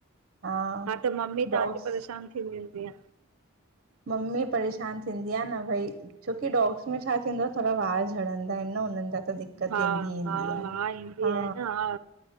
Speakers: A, on the right (about 50°); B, on the right (about 80°).
A: हा
B: त मम्मी तव्हांजी
A: डॉग्स
B: परेशान थींदी हुंदी ईंय
A: मम्मी परेशान थींदी आहे न भई छोकी डॉग्स में छा थींदो आहे थोरा वार झड़ंदा आहिनि न हुननि जा त दिक़त
B: हा
A: ईंदी ईंदी
B: हा
A: आ
B: हा ईंदी
A: हा
B: आहे न हा